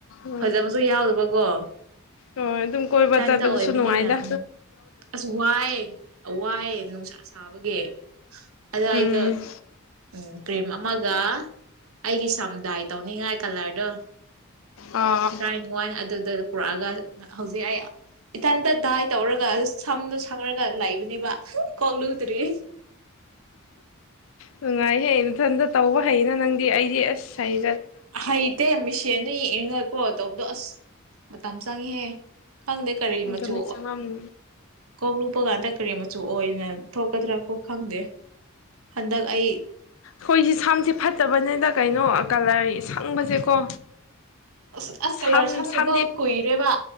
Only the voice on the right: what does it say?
ꯐꯖꯕꯁꯨ ꯌꯥꯎꯗꯕꯀꯣ
ꯏꯊꯟꯇ
ꯑꯣꯏꯕꯅꯤꯅ
ꯎꯝ ꯑꯁ ꯋꯥꯏ ꯋꯥꯏ ꯅꯨꯡꯁꯥ ꯁꯥꯕ ꯌꯦ ꯑꯗꯥꯏꯗ
ꯎꯝ ꯄꯔꯦꯃ ꯑꯃꯒ ꯑꯩꯒꯤ ꯁꯝꯗꯥꯏ ꯇꯧꯅꯤ ꯅꯤꯡꯉꯥꯏ ꯀꯂꯔꯗꯣ
ꯇ꯭ꯔꯥꯏ ꯋꯥꯥꯏ ꯑꯗꯨꯗ ꯄꯨꯔꯛꯑꯒ ꯍꯧꯖꯤꯛ ꯑꯩ ꯏꯊꯟꯗ ꯇꯥꯏ ꯇꯧꯔꯒ ꯁꯝꯗꯣ ꯁꯪꯉꯔꯒ ꯂꯩꯕꯅꯦꯕ ꯀꯣꯛ ꯂꯨꯗ꯭ꯔꯤ
ꯍꯩꯇꯦ ꯃꯤꯡꯁꯦꯜꯗ ꯌꯦꯡꯉꯒ ꯀꯣ ꯇꯧꯕꯗꯣ ꯑꯁ ꯃꯇꯝ ꯆꯪꯉꯤꯍꯦ ꯈꯪꯗꯦ ꯀꯔꯤ
ꯃꯆꯨ
ꯀꯣꯛ ꯂꯨꯞꯄꯀꯥꯟꯗ ꯀꯔꯤ ꯃꯆꯨ ꯑꯣꯏꯅ ꯊꯣꯛꯀꯗ꯭ꯔ ꯀꯣ ꯈꯪꯗꯦ ꯍꯟꯗꯛ ꯑꯩ
ꯑꯁ ꯑꯁ
ꯀꯂꯔ ꯁꯪꯗꯕ
ꯀꯨꯏꯔꯦꯕ